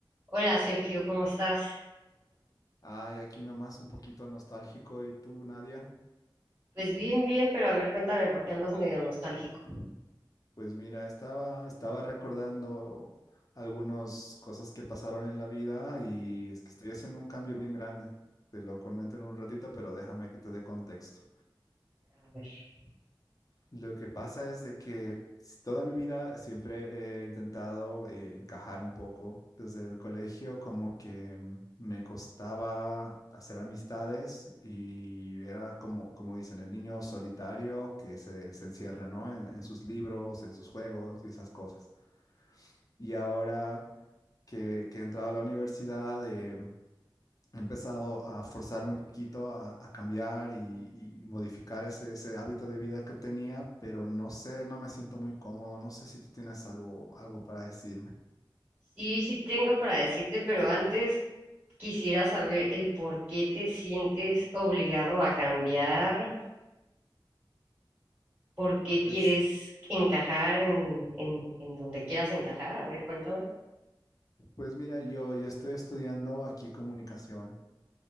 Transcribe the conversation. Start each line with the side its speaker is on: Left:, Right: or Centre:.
Right: Hola Sergio, ¿cómo estás?
Left: Ay, aquí nomás un poquito nostálgico. ¿Y tú, Nadia?
Right: Pues bien, bien, pero a ver, cuéntame por qué andas medio nostálgico.
Left: Pues mira, estaba, estaba recordando algunas cosas que pasaron en la vida y es que estoy haciendo un cambio bien grande. Te lo comento en un ratito, pero déjame que te dé contexto.
Right: A ver.
Left: Lo que pasa es de que s- toda mi vida siempre he intentado eh, encajar un poco. Desde el colegio como que mm, me costaba hacer amistades y era como, como dicen, el niño solitario que se, se encierra, ¿no? En, en sus libros, en sus juegos y esas cosas. Y ahora que, que he entrado a la universidad, em, he empezado a forzarme un poquito a, a cambiar y, y- y modificar ese, ese hábito de vida que tenía, pero no sé, no me siento muy cómodo, no sé si tú tienes algo, algo para decirme.
Right: Sí, sí tengo para decirte, pero antes quisiera saber el por qué te sientes obligado a cambiar, por qué
Left: Pues,
Right: quieres encajar en, en, en donde quieras encajar. A ver, cuéntame.
Left: pues mira, yo, yo estoy estudiando aquí comunicación.